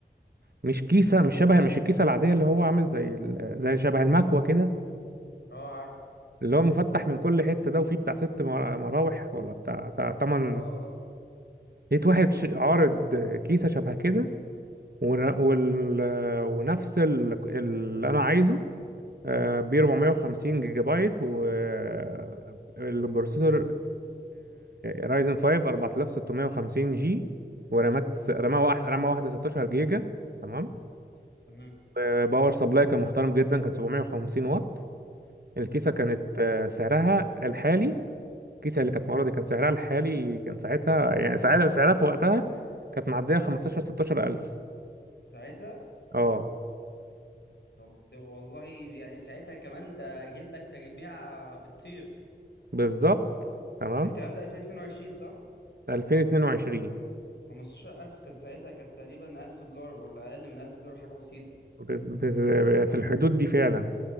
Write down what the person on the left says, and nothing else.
اه عارف
اه اه
تمام
ساعتها
طب ده والله يعني ساعتها كمان ده جيب لك تجميع بتطير
ده الكلام ده 2022 صح
15000 كان ساعتها كانت تقريبا 1000 دولار ولا اقل من 1000 دولار حاجه بسيطه